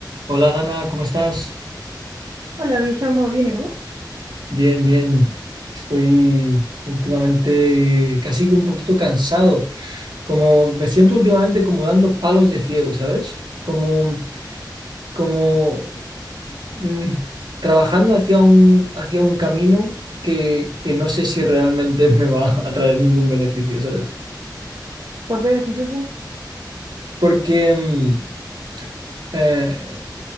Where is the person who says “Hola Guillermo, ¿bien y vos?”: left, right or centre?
Right